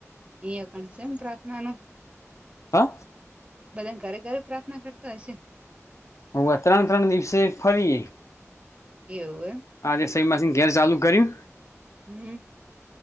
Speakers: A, on the right; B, on the left.
A: એયા કણસે એમ પ્રાર્થના નું- -
B: હા
A: બધાને ઘરે ઘરે પ્રાર્થના કરતા હશે.
B: હ આ ત્રણ ત્રણ દિવસે ફરીએ- -
A: એવુંવે- -
B: હા સહેમાંસી ઘેર ચાલુ કર કરીયું.
A: હમ.